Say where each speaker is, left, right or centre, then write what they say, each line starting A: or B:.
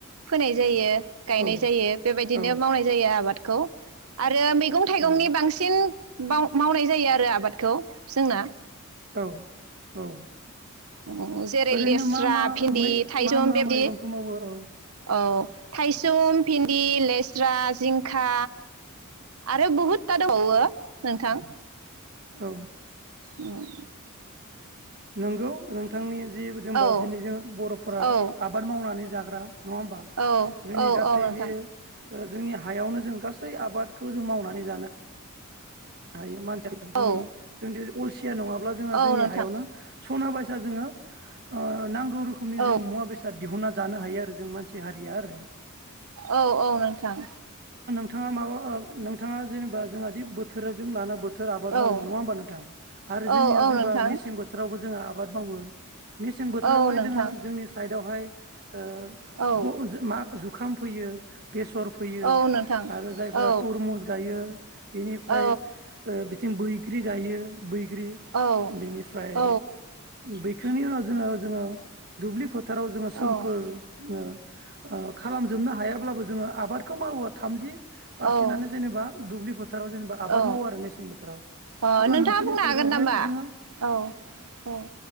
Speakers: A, on the right; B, on the right.
A: फोनाय जायो गायनाय
B: औ
A: जायो बेबायदिनो
B: औ
A: मावनाय जायो आबाद खौ आ आरो मैगं थाइगंनि
B: औ
A: बांसिन माव-मावनाय जायो आरो आबादखौ जोंना
B: औ औ
A: अ जेरै
B: ओरैनो
A: लेस्रा
B: मा मा
A: भिन्दि
B: मै
A: थाइसुम
B: मा मा
A: बेबदि
B: मैगंखौ मावो औ
A: औ थाइसुम भिन्दि लेस्रा जिंखा आरो बुहुदथा दंबावो नोंथां
B: औ
A: उम
B: नोंगौ नोंथांनि जि जोंबा
A: औ
B: दिनै जों बर'फोरा
A: औ
B: आबाद मावनानै जा ग्रा नङा होमबा
A: औ
B: जोंनि
A: औ
B: गासै
A: औ नोंथां
B: बे ओ जोंनि हायावनो जों गासै आबादखौ जों मावनानै जानो हायो मान सि जोंनि
A: औ
B: जोंनि अल सिया नङाब्ला जोङा
A: औ
B: जोंनि
A: नोंथां
B: हायावनो सना बाय सा जोङो ओ नां गौ रोखोमनि
A: औ
B: जों मुवा बेसाद दिहुन जानो हायो आरो जों मानसि हारिया आरो
A: औ औ नोंथां
B: थाङा माबा ओ नोंथाङा जेनेबा जोंहादि बो थोरजों लाना बो थोर आबाद मावो
A: औ
B: नङा होमबा नोंथां आरो
A: औ
B: जोंनिया
A: औ
B: जेनेबा
A: नोंथां
B: मेसें बोथावबो जोङा आ बाद मावो मेसें बोथोरावहाय
A: औ नोंथां
B: जोङो जोंनि साइड बेवहाय ओ
A: औ
B: गु जो मा जुखाम फैयो बेसर फोयो
A: औ नोंथां
B: आरो जायफ्रा
A: औ
B: तरमुस गायो बेनि ओमफ्राय
A: औ
B: ओ बिथिं बैग्रि गायो बैग्रि
A: औ
B: बेनिफ्राय
A: औ
B: बैखांनि उनाव जोङो जोङो दुबलि फो थाराव जोङो सोमखोर
A: औ
B: जोङो ओ ओ खालामजोबनो हायाब्लाबो जोङो आ बादखौ मावो थामजि पारसेटआनो
A: औ
B: जेनेबा दुब्लि फोथाराव जेनेबा आबाद
A: औ
B: मावो आरो मेसें बोथोराव
A: अ
B: अब्ला
A: नोंथाङा
B: नोंसोरनि
A: बुंनो
B: साइडआवहाय
A: हागोन नामा
B: जोङो
A: औ औ